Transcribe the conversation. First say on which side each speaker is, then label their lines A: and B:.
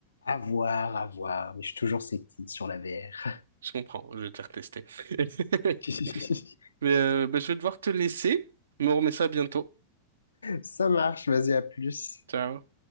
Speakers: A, on the left (about 75°); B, on the right (about 65°).
A: À voir, à voir. Mais je suis toujours sceptique sur la VR.
B: Je comprends, je vais te retester <laughs>
A: <laughs>
B: Mais euh, bah, je vais devoir te laisser, mais on remet ça bientôt.
A: Ça marche, vas-y, à plus.
B: Ciao.